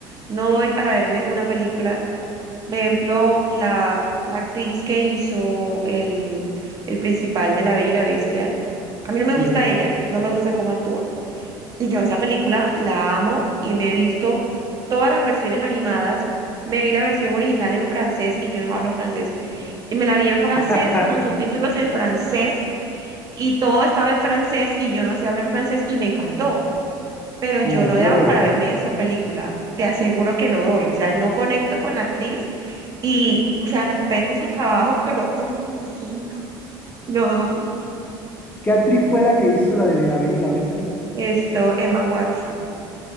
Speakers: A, on the right; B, on the left.
A: no doy para verme una película. Por ejemplo, la, la actriz que hizo el, el principal de La Bella y la Bestia, a mí no me gusta
B: Sí.
A: ella, no me gusta cómo actúa. Y yo esa película la amo y me he visto todas las versiones animadas. Me vi la versión original en francés y yo no hablo francés. Y me la vi en francés
B: <laughs>
A: con subtítulos en francés y todo estaba en francés y yo no sé hablar francés y me encantó. Pero yo
B: Hombre,
A: no he dado para verme esa película. Te aseguro que no doy. O sea, no conecto con la actriz y, o sea, respeto su trabajo, pero <laughs> lo siento, no doy.
B: ¿qué actriz fue la que hizo la de La Bella y la Bestia?
A: Esto, Emma Watson.